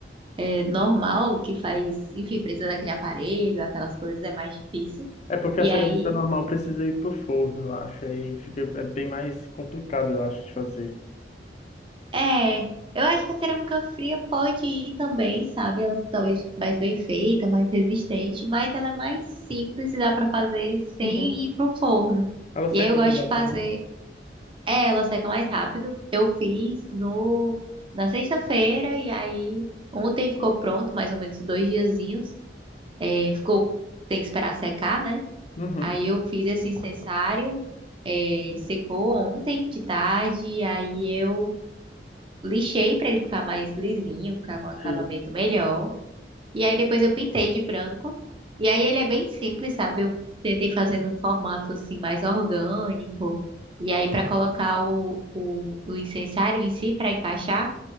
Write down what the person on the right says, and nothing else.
é, normal que faz, enfim, precisa daquele aparelho, aquelas coisas, é mais difícil.
E
aí
É, eu acho que a cerâmica fria pode ir também, sabe? Ela talvez mais bem feita, mais resistente, mas ela é mais simples e dá pra fazer sem
ir pro forno.
E aí eu gosto
de fazer,
é, ela seca mais rápido. Eu fiz no na sexta-feira e aí ontem ficou pronto, mais ou menos dois diazinhos. É, ficou, tem que esperar secar, né?
Aí eu fiz esse incensário, é, ele secou ontem de tarde, e aí eu lixei pra ele ficar mais lisinho, ficar com um acabamento
melhor. E aí depois eu pintei de branco. E aí ele é bem simples, sabe? Eu tentei fazer num formato assim mais orgânico. E aí pra colocar o, o, o incensário em si pra encaixar,